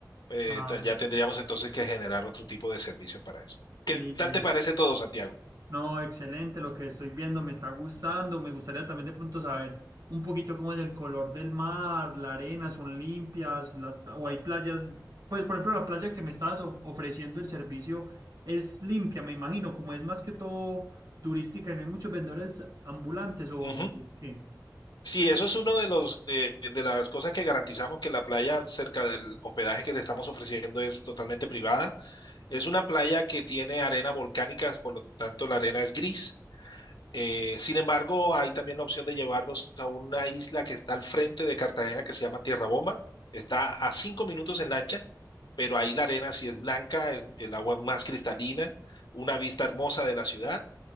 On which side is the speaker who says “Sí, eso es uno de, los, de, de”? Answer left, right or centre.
Left